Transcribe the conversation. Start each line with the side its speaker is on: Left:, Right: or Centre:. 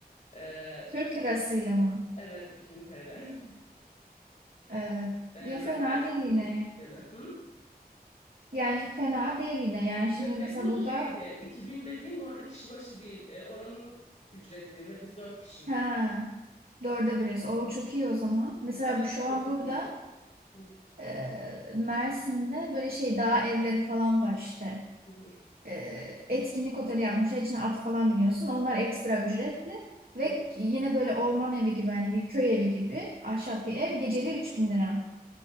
Left: Ee,
Right: Türk lirasıyla mı?
Left: evet 2000 TL. <laughs>
Right: Evet.
Left: Ee,
Right: Ya fena
Left: ve her şey
Right: değil yine.
Left: Türk dükkanı. Hı?
Right: Yani fena değil yine. Yani şimdi
Left: Evet ve
Right: mesela
Left: bu
Right: burada
Left: şeydi 2000 dediğim bu arada kişi başı değil. Ee, oranın ücreti ve biz dört kişiydik.
Right: ha dörde biliyorsun. O çok iyi o zaman. Mesela
Left: Tayland
Right: bu şu
Left: çok
Right: an
Left: ucuz.
Right: burada
Left: Hı,
Right: Ee, Mersin'de böyle şey dağ evleri falan var işte.
Left: hı, hı,
Right: Ee, etkinlik oteli yapmışlar. İçine at falan biniyorsun. Onlar ekstra ücretli. Ve
Left: hı.
Right: yine böyle orman evi gibi hani bir köy evi gibi ahşap bir ev. Geceliği 3000 lira.